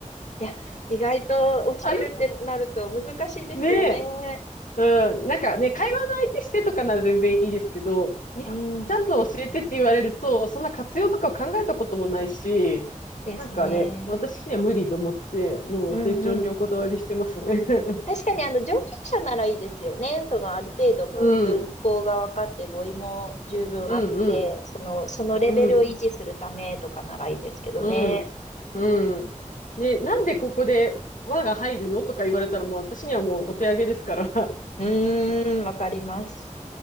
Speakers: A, on the left; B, on the left.
A: いや、意外と教えるってなると難しいですよね。
B: <laughs> あれねえ。うん。なんかね、会話の相手してとかなら全然いいですけど、日本ちゃんと教えてって言われると、
A: うん。
B: そんな活用とかを考えたこともないし、
A: ですね。
B: なんかね、私には無理と思って、もう丁重にお断りしてますね。
A: うん
B: <laughs>
A: 確かにあの上級者ならいいですよね。そのある程度もう文法が分かって語彙も十分あって、
B: うん。うんうん。
A: その、そのレベルを維持するためとかならいいですけどね。
B: うん。うん。うん。ね、なんでここで和が入るのとか言われたらもう私にはもうお手上げですから。
A: うーん、わかります。